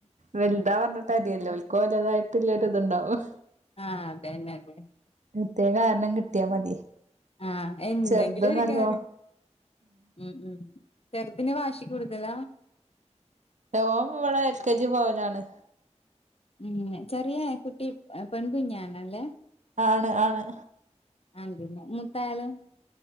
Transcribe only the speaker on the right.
വൽതാവ തൊ മതിയല്ലോൽക്കോലതായിട്ടുള്ളൊരു ഇത്ണ്ടാവും.
പ്രത്യേക കാരണം കിട്ടിയാ മതി
ചെറുത് നല്ലോ
ഓൻ ഇവിടെ എൽ കെ ജി പോവലാണ്.
ആണ് ആണ്.